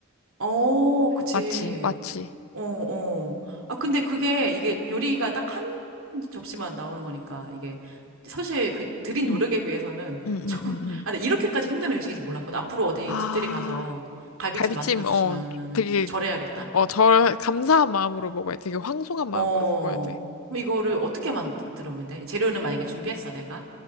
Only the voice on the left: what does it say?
맞지, 맞지.
응.
응,
응, 응, 응.
아,
갈비찜,
어, 되게,
어, 절, 감사한 마음으로 먹어야 돼. 되게 황송한 마음으로
먹어야 돼.